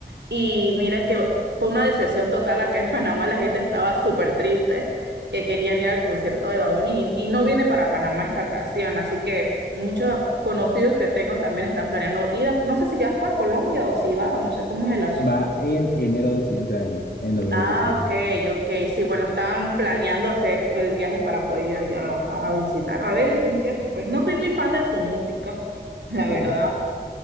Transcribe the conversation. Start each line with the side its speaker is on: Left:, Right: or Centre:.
Right: Y mira que fue una decepción total. Acá en Panamá la gente estaba súper triste, que querían ir al concierto de Bad Bunny y, y no viene para Panamá esta ocasión. Así que muchos conocidos que tengo también están planeando ir a, no sé si ya fue a Colombia o si va, o no sé cómo es el asunto.
Left: Va en enero del siguiente año, en dos mil
Right: Ah,
Left: veintiséis.
Right: ok, ok. Sí, bueno, estaban planeando hacer el viaje para poder ir allá a, a visitar, a ver el concierto. Pues no soy muy fan de su música, <laughs> la
Left: Ok,
Right: verdad,